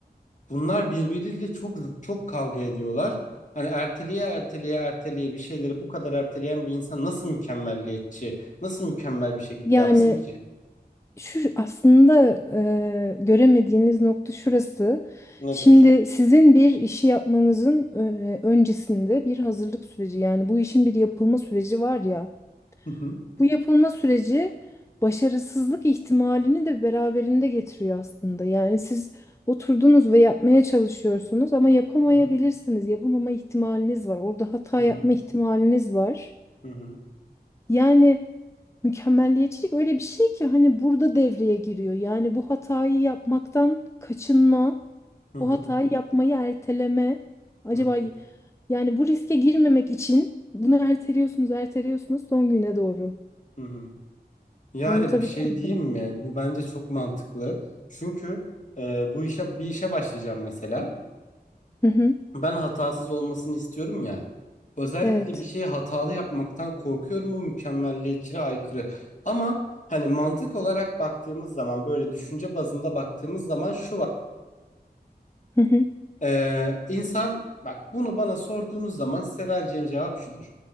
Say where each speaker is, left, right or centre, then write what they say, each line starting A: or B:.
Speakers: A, on the left; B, on the left.
A: bunlar birbiriyle çok zıt, çok kavga ediyorlar. Hani erteleye erteleye erteleye bir şeyleri bu kadar erteleyen bir insan nasıl mükemmelliyetçi, nasıl mükemmel bir şekilde
B: Yani
A: yapsın ki?
B: şu aslında e, göremediğiniz nokta şurası.
A: Nedir?
B: Şimdi sizin bir işi yapmanızın e, öncesinde bir hazırlık süreci yani bu işin bir yapılma süreci var ya.
A: Hı hı.
B: Bu yapılma süreci başarısızlık ihtimalini de beraberinde getiriyor aslında. Yani siz oturdunuz ve yapmaya çalışıyorsunuz ama yapamayabilirsiniz.
A: Hı hı.
B: Yapamama ihtimaliniz var. Orada hata
A: Hı hı.
B: yapma ihtimaliniz var.
A: Hı hı.
B: Yani mükemmelliyetçilik öyle bir şey ki hani burada devreye giriyor. Yani bu hatayı yapmaktan kaçınma,
A: Hı hı.
B: bu hatayı yapmayı erteleme. Acaba
A: Hı hı.
B: yani bu riske girmemek için bunu erteliyorsunuz, erteliyorsunuz son güne doğru.
A: Hı hı. Yani
B: Anlatabiliyor
A: bir şey
B: muyum?
A: diyeyim mi? Bu bence çok mantıklı. Çünkü e, bu işe bir işe başlayacağım mesela.
B: Hı hı.
A: Ben hatasız olmasını istiyorum ya. Özellikle
B: Evet.
A: bir şeyi hatalı yapmaktan korkuyorum. Bu mükemmelliyetçiliğe aykırı. Ama hani mantık olarak baktığımız zaman böyle düşünce bazında baktığımız zaman şu var.
B: Hı hı.
A: E, insan bak bunu bana sorduğunuz zaman size vereceğim cevap şudur.